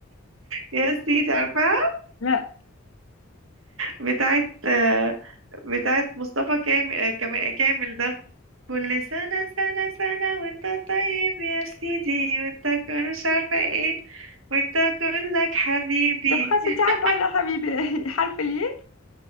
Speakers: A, on the right (about 70°); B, on the left (about 80°).
A: يا سيدي عارفاها
B: لا
A: بتاعت آه بتاعت مصطفى كامل آه كما- كامل ده كل سنة سنة سنة وانت طيب يا سيدي وانت كل مش عارفة ايه وانت كلك حبيبي
B: طب خلاص
A: <laughs>
B: انت عارفة أنا حبيبي <laughs> حرف الياء